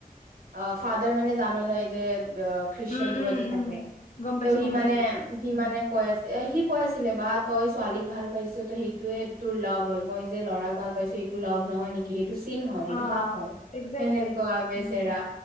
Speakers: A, on the right; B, on the left.
A: অ ফাদাৰ মানে জানো নয় যে। অ খ্ৰীষ্টিয়ান
B: উম
A: বোৰ
B: উম
A: যে থাকে
B: উম গম পাইছো
A: ত' সি
B: গম
A: মানে
B: পাইছো
A: সি
B: উম
A: মানে কৈ। এ সি কৈ আছিলে বা তই ছোৱালীক ভাল পাইছো তই সেইটোোৱে তোৰ লগভ হ'ল মই যে ল'ৰাক ভাল পাইছো। সেইটো লাভ নহয় নেকি সেইটো চিন হয় সেইটো
B: অ
A: পাপ হয়
B: একজেক্টলি
A: সেনেকুৱা বেচেৰা।
B: উম